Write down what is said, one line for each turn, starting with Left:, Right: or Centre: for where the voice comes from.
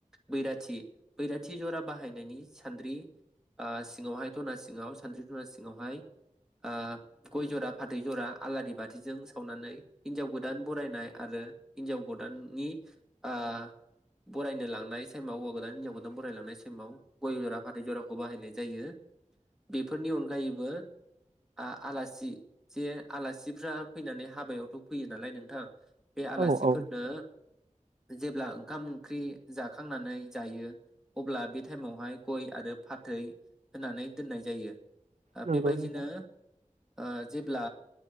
Centre: बैराथि बैराथि ज'रा बाहायनायनि सान्द्रि ओस सिङावहाय ध'ना सिङावस सानद्रि ध'ना सिङावहाय ओ गय ज'रा फाथै ज'रा आलारि बाथिजों सावनानै हिनजाव गोदान बरायनाय आरो हिनजाव गोदाननि ओ बरायनो लांनाय सेमाव हौवा गोदान हिनजाव गोदान बरायलांनाय सेमाव गय ज'रा फाथै ज'राखौ बाहायनाय जायो। बेफोरनि अनगायैबो आ-आलासि जे आलासिफ्रा फैनानै हाबायावथ' फैयो नालाय नोंथां बे आलासिफोरनो
Right: औ औ
Centre: जेब्ला ओंखाम ओंख्रि जाखांनानै जायो अब्ला बे टाइमावहाय गय आरो फाथै होनानै दोननाय ज जायो। ओ
Right: नंगौ
Centre: बेबायदिनो
Right: नोंथां
Centre: ओ जेब्ला